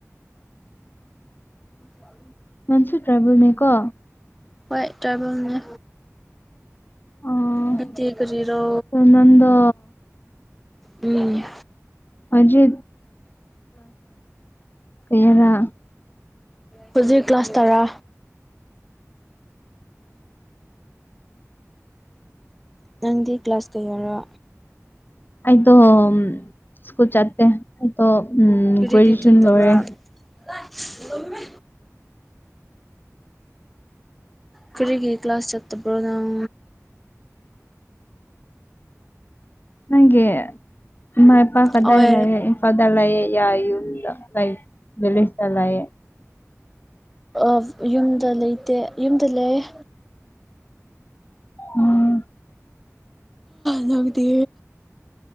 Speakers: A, in the centre; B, on the left (about 35°).
A: ꯋꯥ
B: ꯅꯪꯁꯨ ꯇ꯭ꯔꯥꯏꯕꯦꯜꯅꯤꯀꯣ
A: ꯍꯣꯏ ꯇ꯭ꯔꯥꯏꯕꯦꯜꯅꯦ
B: ꯑꯥ
A: ꯅꯠꯇꯦ ꯀꯔꯤꯔꯣ꯫
B: ꯑꯗꯣ ꯅꯪꯗꯣ
A: ꯎꯝ꯫
B: ꯍꯧꯖꯤꯠ ꯀꯌꯥꯔꯥ
A: ꯍꯧꯖꯤꯛ ꯀ꯭ꯂꯥꯁ ꯇꯔꯥ꯫ ꯅꯪꯗꯤ ꯀ꯭ꯂꯥꯁ ꯀꯌꯥꯔꯥ꯫
B: ꯑꯩꯗꯣ ꯎꯝ ꯁ꯭ꯀꯨꯜ ꯆꯠꯇꯦ ꯑꯩꯗꯣ ꯎꯝ
A: ꯀꯔꯤꯒꯤ
B: ꯒ꯭ꯔꯦꯖꯨꯑꯦꯁꯟ
A: ꯆꯠꯇꯕ꯭ꯔꯥ
B: ꯂꯣꯏꯔꯦ꯫
A: <inaudible> ꯀꯔꯤꯒꯤ ꯀ꯭ꯂꯥꯁ ꯆꯠꯇꯕ꯭ꯔꯣ ꯅꯪ꯫
B: ꯅꯪꯒꯤ ꯏꯃꯥ ꯏꯄꯥ ꯀꯗꯥꯏ
A: ꯑꯣꯏ
B: ꯂꯩꯌꯦ ꯏꯝꯐꯥꯜꯗ ꯂꯩꯌꯦ ꯌꯥ ꯌꯨꯝꯗ ꯂꯩ꯫ ꯕꯤꯂꯤꯁꯇ ꯂꯩꯌꯦ꯫
A: ꯑꯁ ꯌꯨꯝꯗ ꯂꯩꯇꯦ ꯌꯨꯝꯗ ꯂꯩꯌꯦ꯫
B: ꯎꯝ꯫
A: ꯅꯪꯗꯤ꯫